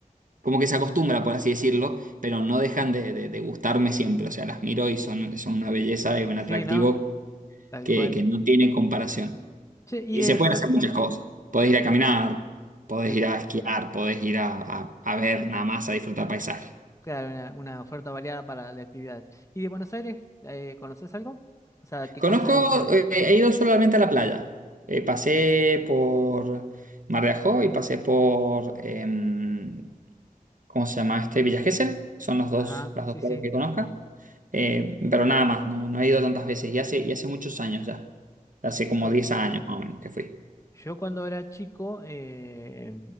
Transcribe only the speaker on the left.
Sí,
¿no? Tal
cual.
Che, y
de
Buenos
de-
claro, una, una oferta variada para de actividades. ¿Y de Buenos Aires, eh, conoces algo? O sea, ¿qué
conoces de Buenos Aires?
Ajá,
sí,
sí.
No,
yo cuando era chico, eh,